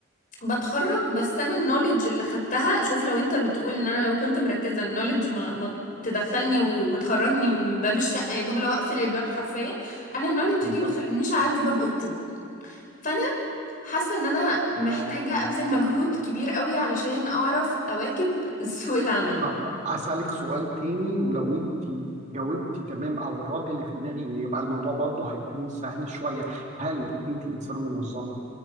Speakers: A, on the left (about 40°); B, on the right (about 35°).
A: بتخرج بس انا النوليدج اللي خدتها شوف لو انت بتقول ان انا لو كنت مركزه النوليدج ما, ما تدخلني و- وتخرجني من باب الشقه يا دوب لو اقفل الباب حرفيا انا النوليدج
B: بالظبط،
A: دي ما تخلينيش اعدي باب اوضتي فانا حاسة ان انا محتاجة
B: واو.
A: ابذل مجهود كبير قوي علشان اعرف اواكب <laughs> سوق العمل
B: طب أسألك سؤال تاني ولو أنت جاوبتي تمام أو الرد اللي في دماغي يبقى الموضوع برضه هيكون سهل شوية، هل أنت إنسانة منظمة؟